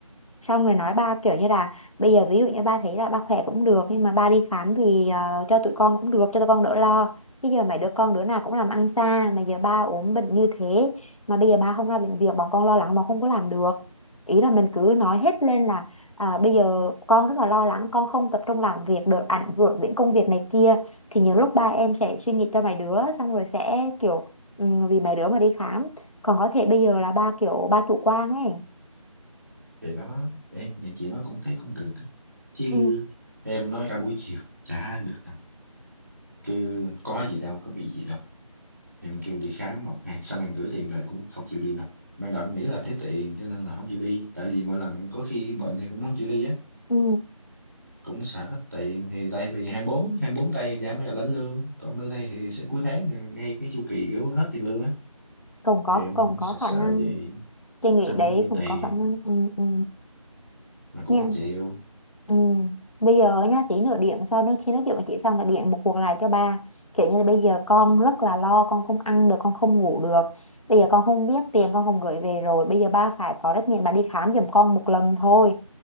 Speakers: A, on the left; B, on the right.
A: xong rồi nói ba kiểu như là bây giờ ví dụ như ba thấy là ba khỏe cũng được nhưng mà ba đi khám vì ờ, cho tụi con cũng được cho tụi con đỡ lo bây giờ mấy đứa con đứa nào cũng làm ăn xa mà giờ ba ốm bệnh như thế mà bây giờ ba không ra bệnh viện bọn con lo lắng mà không có làm được ý là mình cứ nói hết lên là à, bây giờ con rất là lo lắng con không tập trung làm việc được ảnh hưởng đến công việc này kia thì nhiều lúc ba em sẽ suy nghĩ cho mấy đứa xong rồi sẽ kiểu ừ, vì mấy đứa mà đi khám còn có thể bây giờ là ba kiểu ba chủ quan ấy
B: thì đó ấy này chị nói cũng thấy cũng được á. chứ
A: ừ
B: em nói cả buổi chiều chả được đâu cứ có gì đâu có bị gì đâu em kêu đi khám một hai xong em gửi tiền về cũng không chịu đi đâu ban đầu em nghĩ là thiếu tiền cho nên là không chịu đi tại vì mỗi lần có khi bệnh thì cũng không chịu đi á
A: ừ
B: cũng xài hết tiền thì tại vì 24 bốn tây thì chả mới là lãnh lương còn bữa nay thì sẽ cuối tháng ngay cái chu kỳ kiểu hết tiền lương á
A: cũng có
B: thì em
A: cũng
B: cũng
A: có
B: sợ sợ
A: khả năng
B: vậy
A: chị nghĩ
B: xong
A: đấy
B: nó gửi
A: cũng
B: tiền
A: có khả năng ừ, ừ
B: mà cũng
A: nha
B: không chịu
A: ừ. bây giờ nhá tí nữa điện sau nữa khi nói chuyện với chị xong là điện một cuộc lại cho ba kiểu như là bây giờ con rất là lo con không ăn được con không ngủ được bây giờ con không biết tiền con không gửi về rồi bây giờ ba phải có trách nhiệm là đi khám giùm con một lần thôi